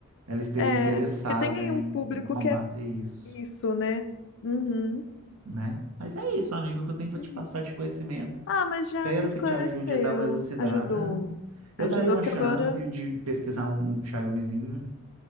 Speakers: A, on the right (about 80°); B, on the left (about 55°).
A: ela esteja
B: É,
A: interessada
B: porque tem aí
A: em,
B: um público
A: em combater
B: que é
A: isso.
B: isso, né? Uhum.
A: né? Mas é isso, amigo, o que eu tenho para
B: Uhum.
A: te passar de conhecimento.
B: Ah, mas
A: Espero
B: já me esclareceu,
A: que te ajude a dar uma elucidada.
B: ajudou.
A: Eu
B: Ajudou
A: daria uma
B: porque
A: chance
B: agora,
A: de pesquisar um, um Xiaomizinho.